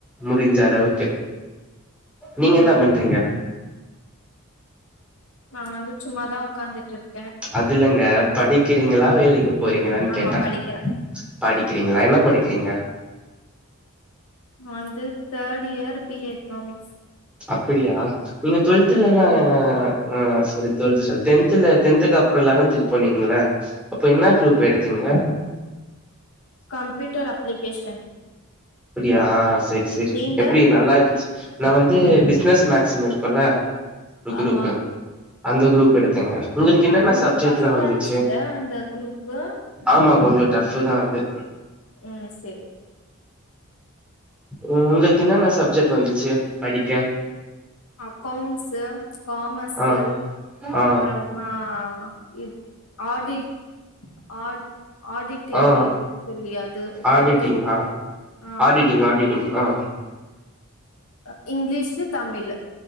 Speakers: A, in the centre; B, on the left.
A: முடிஞ்ச அளவுக்கு நீங்க
B: ம்
A: என்ன பண்றீங்க
B: நா வந்து சும்மாதா உட்காந்துட்ருக்
A: அது இல்லங்க படிக்கிறீங்களா வேலைக்கு போறீங்களான்னு
B: ஆமா
A: கேட்ட
B: படிக்கிறே
A: படி க்கிறீங்களா என்ன படிக்கிறீங்க
B: நா வந்து third year B A economics
A: அப்பிடியாநீங்க டுவெல்த்துல தாங்க ஆ சாரி டுவெல்த்து சொல்லிட் டென்த்துல டென்த்துக்கு அப்புற லெவன்த்துக்கு போனீங்கல்ல அப்ப என்ன குரூப் எடுத்தீங்க
B: கம்பியூட்டர் அப்ளிகேஷன்
A: அப்பிடியா செரி செரி
B: நீங்க
A: எப்டி நல்லாருந்ச்சு நா வந் து பிசினஸ் மேக்ஸுனு இருக்குல்ல ஒரு குரூப்பு
B: ஆமா
A: அந்த குரூப் எடுத்தங்க உங்களுக்கு என்னென்ன
B: ரொம்ப
A: சப்ஜெக்ட்லா
B: டஃப்ஃபா
A: வந்துச்சு
B: ஆச்சுல்ல அந்த குரூப்பு
A: ஆமாங் கொஞ்ச டஃபு தா அது
B: ம் சேரி
A: ம் உங்களுக்கு என்னென்ன சப்ஜெக்ட் வந்துச்சு படிக்க
B: அக்கௌண்ட்ஸு காமஸ்ஸு
A: ஆ ஆ
B: அப்பறமா இல் ஆடி ஆட் ஆடிட்டேரியம்
A: ஆ
B: சொல்லி அது
A: ஆடிட்டிங்கா
B: ஆடிட்டேரி ஆ
A: ஆடிட்டிங் ஆடிட்டிங் ஆ
B: ஆ இங்கிலீஷு தமிழு